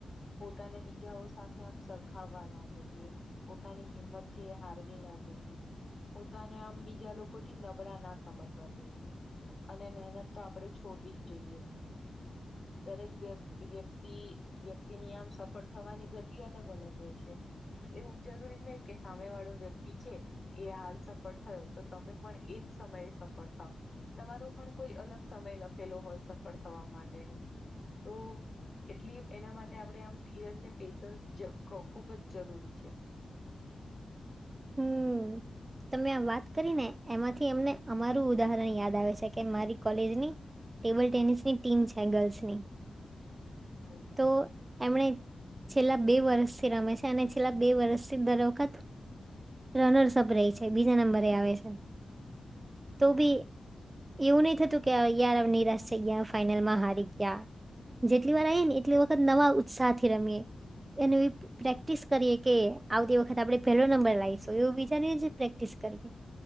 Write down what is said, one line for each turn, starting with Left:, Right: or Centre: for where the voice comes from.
Left: પોતાને બીજાઓ સાથે આમ સરખાવવા ના જોઈએ પોતાની હિંમત છે એ હારવી ના જોઈએ પોતાને આમ બીજા લોકોથી નબળા ના સમજવા જોઈએ અને મહેનત તો આપડે જ છોડવી જ જોઈએ નહી દરેક વ્ય-વ્યક્તિ વ્યક્તિની આમ સફળ થવાની ગતિ અલગ-અલગ હોય છે એવું જરૂરી નહી કે સામે વાળો વ્યક્તિ છે. એ હાલ સફળ થયો તો તમે પણ એજ સમયે સફળ થાવ તમારો પણ કોઈ અલગ સમય લખેલો સફળ માટેનું તો એટલી એના માટે આપણે આમ ધીરજને પેશન્સ જ ખ-ખૂબ જ જરૂરી છે. <inaudible>
Right: હમ્મ. તમે આ વાત કરી ને એમાંથી અમને અમારું ઉદાહરણ યાદ આવે છે કે મારી કોલેજની ટેબલ ટેનિસ ની ટીમ છે ગર્લ્સ ની
Left: હમ્મ
Right: તો એમણે છેલ્લા બે વર્ષથી રમે છે અને છેલ્લા બે વર્ષથી દર વખત તો એનો હીસાબ રે છે બીજા નંબરે આવે છે
Left: હા
Right: તો બી એવું નહી થતું કે યાર આમ નિરાશ થઇ ગયા ફાઈનલમાં હારી ગયા જેટલી વાર આઈએ ને એટલી વખત નવા ઉત્સાહ થી રમીએ એનું ઈ પ્રેક્ટિસ કરીએ કે આવતી વખત આપડણે પહેલો નંબર લાવ છે સોએવું બીજાને જ પ્રેક્ટિસ કરી